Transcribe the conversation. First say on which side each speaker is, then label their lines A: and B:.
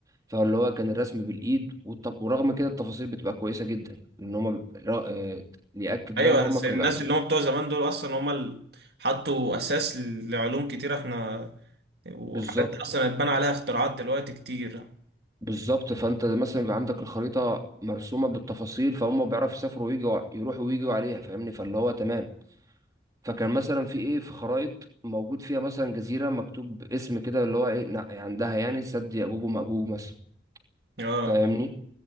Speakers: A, on the right; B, on the right.
A: فاللي هو كان الرسم بالايد والط... ورغم كده التفاصيل بتبقى كويسه جدا ان هم ب... را- آه، ياكد
B: ايوه
A: ده ان هم
B: بس
A: كانوا
B: الناس
A: بيع-
B: اللي هم بتوع زمان دول اصلا هم اللي حطوا اساس لعلوم كتير احنا وحاجات
A: بالظبط
B: اصلا اتبنى عليها اختراعات دلوقتي كتير
A: بالظبط فانت مثلا بيبقى عندك الخريطه مرسومه بالتفاصيل فهم بيعرفوا يسافروا ويجوا يروحوا ويجوا عليها فاهمني فاللي هو تمام فكان مثلا في ايه في خرايط موجود فيها مثلا جزيره مكتوب اسم كده اللي هو ايه ن- عندها يعني سد يأجوج ومأجوج مثلا
B: اه
A: فاهمني